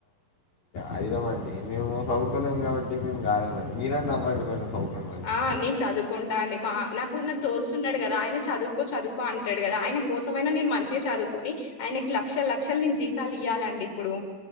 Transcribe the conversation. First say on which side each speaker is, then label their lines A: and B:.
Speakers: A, on the left (about 65°); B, on the left (about 45°).
A: అఐదమండి మేము చదువు కొలేము కాబట్టి మేము గాలేమండి మీరన్న అవ్వండి కొంచెం చదువుకోండి మంచిగా
B: ఆ నేను చదువుకు ద అండి మా నాకు నాకు దోస్తు ఉన్నాడు కదా ఆయన చదువుకో చదువుకో అంటాడు కదా ఆయన కోసమైనా నేను మంచిగా చదువు కని ఆయనకి లక్ష లక్షలు నేను జీతాలు ఇయ్యాలండి ఇప్పుడు